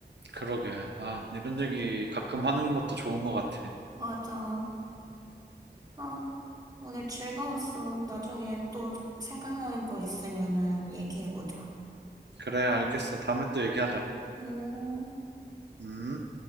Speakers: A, on the right; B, on the right.
A: 그러게 아 이런 얘기 가끔 하는 것도 좋은 것 같아.
B: 맞아. 아, 오늘 즐거웠어. 나중에 또 생각나는 거 있으면은 얘기해보자.
A: 그래 알겠어 다음에 또 얘기하자.
B: 음.
A: 음.